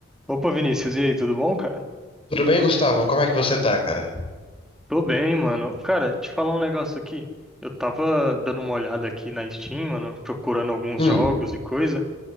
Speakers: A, in the centre; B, on the left.
A: Opa, Vinícius, e aí, tudo bom, cara?
B: Tudo bem, Gustavo? Como é que você tá, cara?
A: Tô bem, mano. Cara, te falar um negócio aqui. Eu tava dando uma olhada aqui na Steam, mano, procurando alguns
B: Hum,
A: jogos e coisa,